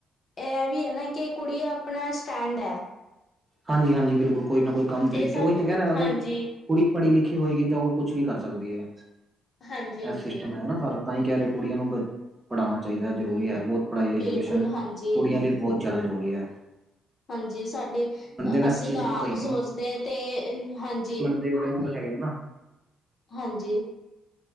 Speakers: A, on the left; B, on the right.
A: ਐ ਵੀ ਐ ਨਾ ਕਿ ਕੁੜੀ ਆਪਣਾ ਸਟੈਂਡ ਐ।
B: ਹਾਂਜੀ, ਹਾਂਜੀ ਬਿਲਕੁਲ ਕੋਈ ਨਾ ਕੋਈ ਕੰਮ ਤਰੀਕੇ
A: ਇਹ ਸਭ
B: ਓਈ ਤਾ ਕੈਰਾ ਅਗਰ
A: ਹਾਂਜੀ
B: ਕੁੜੀ ਪੜੀ ਲਿਖੀ ਹੋਏਗੀ ਤਾ ਓ ਕੁਛ ਵੀ ਕਰ ਸਕਦੀ ਏ,
A: ਹਾਂਜੀ
B: ਐ
A: ਹਾਂਜੀ
B: ਸਿਸਟਮ ਹੈਗਾ ਨਾ ਸਾਰਾ। ਤਾਂਈ ਕੈਰੇਓ ਕੁੜੀਆਂ ਨੂੰ ਬ ਪੜਾਣਾ ਚਾਈਦਾ ਐ ਜ਼ਰੂਰੀ ਐ ਬੋਤ, ਪੜਾਈ
A: ਬਿਲਕੁਲ
B: ਐਜੂਕੇਸ਼ਨ
A: ਹਾਂਜੀ
B: ਕੁੜੀਆਂ ਲਈ ਬੋਤ ਜੈਦਾ ਜ਼ਰੂਰੀ ਐ।
A: ਹਾਂਜੀ, ਸਾਡੇ ਅ
B: ਨੇ
A: ਅਸੀ
B: ਇਸ ਚੀਜ਼
A: ਤਾ
B: ਨੂੰ
A: ਆਪ
B: ਕਈ
A: ਸੋਚਦੇ ਤੇ, ਹਾਂਜੀ।
B: ਤੇ ਓ ਤੇ ਮੁਰਖ ਹੈਗੇ ਨਾ।
A: ਹਾਂਜੀ।